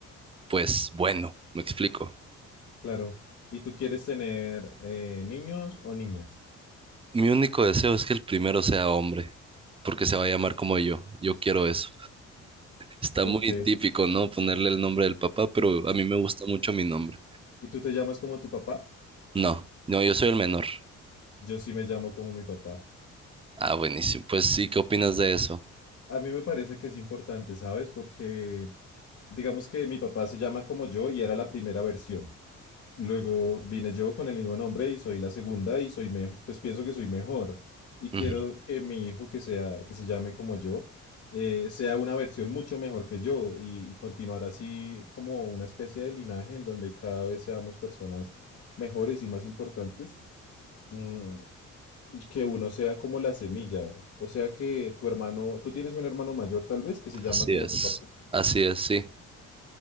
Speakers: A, on the right; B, on the left.
A: pues, bueno, me explico.
B: Claro. ¿Y tú quieres tener eh, niños o niñas?
A: Mi único deseo es que el primero sea hombre, porque se va a llamar como yo. Yo quiero eso. Está
B: Ok.
A: muy típico, ¿no? Ponerle el nombre del papá, pero a mí me gusta mucho mi nombre.
B: ¿Y tú te llamas como tu papá?
A: No, no, yo soy el menor.
B: Yo sí me llamo como mi papá.
A: Ah, buenísimo. Pues sí, ¿qué opinas de eso?
B: A mí me parece que es importante, ¿sabes? Porque digamos que mi papá se llama como yo y era la primera versión. Luego vine yo con el mismo nombre y soy la segunda y soy mejor, pues pienso que soy mejor. Y quiero
A: Ujú,
B: que mi hijo que sea, que se llame como yo, eh, sea una versión mucho mejor que yo y, y continuar así como una especie de linaje en donde cada vez seamos personas mejores y más importantes. Mm, y que uno sea como la semilla. O sea que tu hermano, tú tienes un hermano mayor tal vez que se llama
A: Así
B: como
A: es,
B: tu papá.
A: así es, sí.